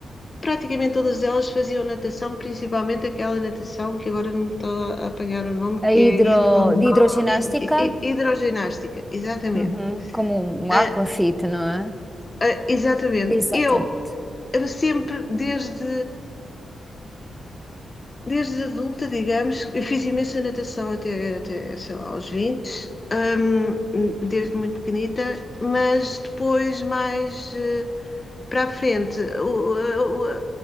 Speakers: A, on the left (about 25°); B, in the centre.
A: praticamente todas elas faziam natação, principalmente aquela natação que agora não me estou a apanhar o nome,
B: A
A: que
B: hidro,
A: é hidro,
B: de hidroginástica,
A: hid- hid- hidroginástica, exatamente.
B: uhum. Como um
A: Ah,
B: aquafit, não é?
A: ah, exatamente.
B: Exatamente.
A: Eu eu sempre, desde Desde adulta, digamos, eu fiz imensa natação até, até, sei lá, aos 20, hum, desde muito pequenita, mas depois, mais eh, para a frente, o- o- a,